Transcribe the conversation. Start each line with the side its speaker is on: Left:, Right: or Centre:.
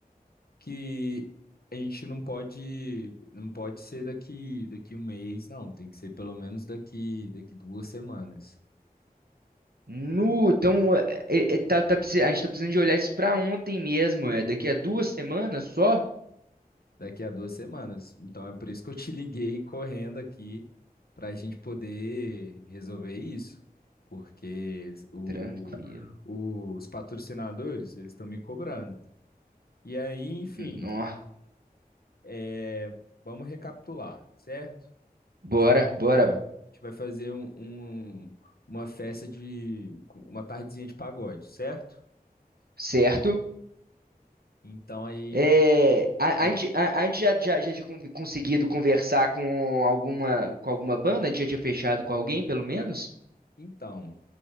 Left: que a gente não pode não pode ser daqui daqui um mês, não, tem que ser pelo menos daqui daqui duas semanas,
Right: Nu, então, é, é, tá, tá precis- a gente tá precisando de olhar isso pra ontem mesmo, é daqui a duas semanas só?
Left: daqui a duas semanas. Então é por isso que eu te liguei <laughs> correndo aqui para a gente poder resolver isso, porque eles- o,
Right: Tranquilo.
Left: o, os patrocinadores eles estão me cobrando. E aí, enfim,
Right: Nó.
Left: é, vamos recapitular, certo?
Right: Bora,
Left: a gente vai
Right: bora.
Left: gente vai fazer um, um- uma festa de com uma tardezinha de pagode, certo?
Right: Certo?
Left: Então aí,
Right: É, a,
Left: ah,
Right: a gente, a, a gente já, já, já tinha con- conseguido conversar com alguma, com alguma banda? A gente já tinha fechado com alguém, pelo menos?
Left: então, o